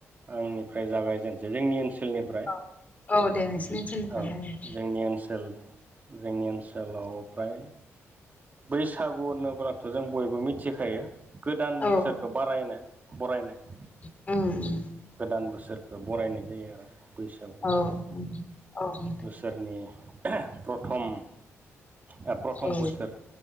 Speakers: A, on the right; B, on the left.
A: आंनिफ्राय जागायजेनसै जोंनि ओनसोलनिफ्रा
B: औ औ दे नोंसिनि ओनसोलनिफ्राय
A: औ
B: रायलाय
A: जोंनि ओनसोल जोंनि ओनसोलाव फ्राय बैसागु होनोब्लाथ' जों बयबो मिथिखायो गोदान
B: औ
A: बोसोरखौ बारायना बरायनाय।
B: उम उम
A: गोदान बोसोरखौ बरायनाय जायो आरो बैसागुआ
B: औ औ नोंथां
A: बोसो सोरनि प्रथम ओ प्रथम
B: औ
A: बोसोर।